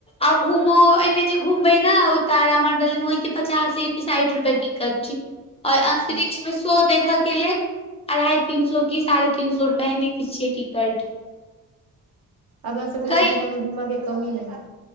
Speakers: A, on the left; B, on the right.
A: आ घूमओ एहिमे जे घूमबै ने ओ तारामंडल मे पचास ये कि साठि रुपआ टिकट छै आऔर
B: अच्छा
A: अंतरिक्ष मे सो देखऽ के लेल अढ़ाई तीन सए की साढ़े तीन सए रुपे एहने किछ छै टिकट।
B: अपना सबके
A: कै
B: मिथिला मे घुमऽ के कमी नहि,